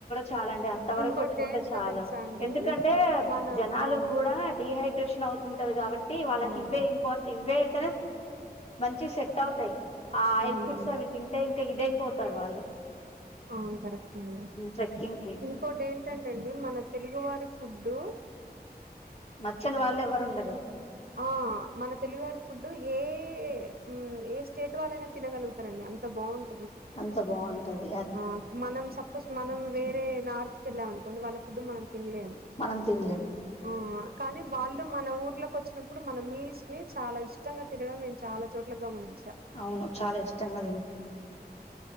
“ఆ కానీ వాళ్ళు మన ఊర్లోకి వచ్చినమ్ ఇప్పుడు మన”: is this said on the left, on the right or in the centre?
Right